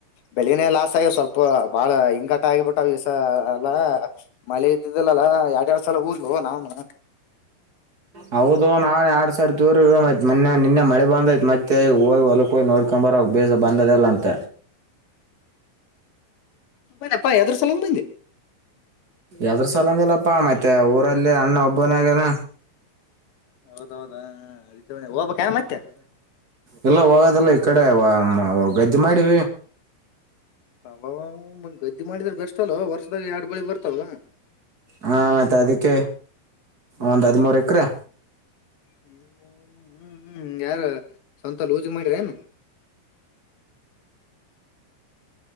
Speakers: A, on the left; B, on the right.
A: ಬೆಳನೇ ಲಾಸ್ ಆಗ ಸ್ವಲ್ಪ ಬಾಳ ಹಿಂಕಟ ಆಗಿಬಿಟ್ಟವ ಅಲ್ಲಾ ಮಳೆ ಇದ್ದಿದ್ದಲ್ಲಲ್ಲಾ ಎರಡ್ ಎರಡ್ ಸಲ ಊರ ಗೇ ನಾವ್ನು
B: ಹೌದು ನಾನ್ ಎರಡ್ ಸಾವಿರ ದೂರ ಇರು ಮತ್ತೆ ಮನ್ನೆ ನಿನ್ನೆ ಮಳೆ ಬಂದತ್ತೈ ಮತ್ತೆ ಹೋಗಿ ಹೊಲ ಹೋಗಿ ನೋಡಿ ಕಂಬರಾಗಿ ಬೇಜ ಬಂದದಲ್ಲಂತ
A: ಎನಪ್ಪ ಎದ್ರ ಸಲಂದ ಬಂದಿ.
B: ಎದ್ರ ಸಲಂಗಿಲ್ಲಪ್ಪಾ ಮತ್ತೆ ಊರಲ್ಲಿ ಅಣ್ಣ ಒಬ್ಬನಾಗನ
A: ಹೌದೌದಾ ಹೋಗಬೇಕ ಮತ್ತೆ
B: ಎಲ್ಲ ಹೋಗೋದಲ್ಲ ಈ ಕಡೆ ಗದ್ದಿ ಮಾಡಿ
A: ಅ ಗದ್ದಿ ಮಾಡಿದ್ರ ಬೆಸ್ಟ್ ಅಲ್ ವರ್ಷದಾಗ ಎರಡು ಬೆಳಿ ಬರ್ತಾವಲ್ಲ
B: ಹಾ ಆತ ಅದಕ್ಕೆ ಒಂದ್ ಹದಿಮೂರು ಎಕ್ರೆ
A: ಹ್ಮ್ ಹ್ಮ್ ಯಾರ ಸ್ವಂತ ಲೂಜ ಮಾಡಿರೇ ಏನು
B: ಹ